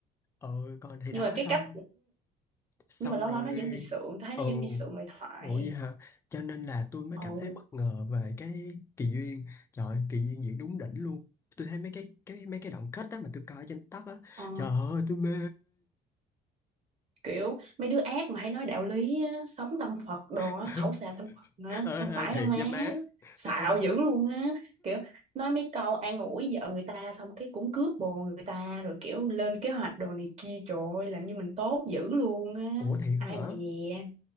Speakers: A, on the left (about 15°); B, on the right (about 40°).
A: ừ còn thì
B: nhưng
A: đó
B: mà cái
A: xong
B: cách
A: xong
B: nhưng mà lâu
A: rồi
B: lâu nó vẫn bị sượng thấy
A: ừ
B: nó vẫn bị sượng lời thoại
A: Ủa vậy hả? Cho nên là tôi mới
B: ồ
A: cảm thấy bất ngờ về cái Kỳ Duyên. Trời ơi, Kỳ Duyên diễn đúng đỉnh luôn. Tôi thấy mấy cái cái mấy cái đoạn kết đó mà tôi coi trên TikTok á.
B: ờ,
A: Trời ơi tôi mê.
B: kiểu mấy đứa ác mà hay nói đạo lý á, sống tâm Phật đồ
A: <laughs>
B: á, khẩu xà tâm Phật á
A: ê,
B: không phải
A: ê, thiệt
B: đâu má
A: nha má.
B: xạo
A: Ê,
B: dữ luôn á kiểu nói mấy câu an ủi vợ người ta xong cái cũng cướp bồ người ta rồi kiểu lên kế hoạch đồ này kia trời ơi làm như mình tốt dữ luôn á
A: ủa thiệt
B: ai
A: á hả?
B: mà dè